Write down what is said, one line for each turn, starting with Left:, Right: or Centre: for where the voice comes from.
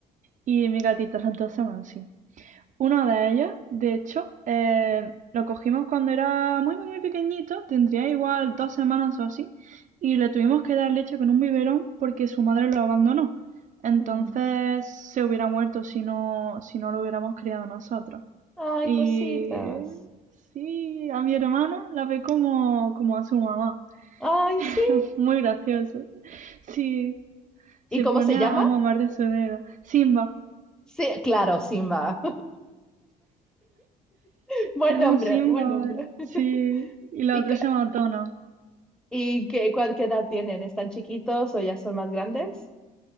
Right: Y mis gatitos, las dos son así. Una de ellas, de hecho, eh, lo cogimos cuando era muy, muy, muy pequeñito, tendría igual dos semanas o así, y le tuvimos que dar leche con un biberón porque su madre lo abandonó. Entonces
Centre: Mm.
Right: se hubiera muerto si no, si no lo hubiéramos criado nosotros.
Centre: Ay,
Right: Y
Centre: cositas.
Right: sí, a mi hermana la ve como, como a su mamá.
Centre: Ay, sí.
Right: <laughs> Muy gracioso. Sí, se
Centre: ¿Y cómo
Right: pone
Centre: se
Right: a,
Centre: llama?
Right: a mamar de su dedo. Simba.
Centre: Sí, claro, Simba. <laughs> Buen
Right: Se llama
Centre: nombre,
Right: Simba,
Centre: buen nombre. <laughs>
Right: sí. Y la
Centre: ¿Y
Right: otra se llama Donna.
Centre: ¿Y qué, cuál, qué edad tienen? ¿Están chiquitos o ya son más grandes?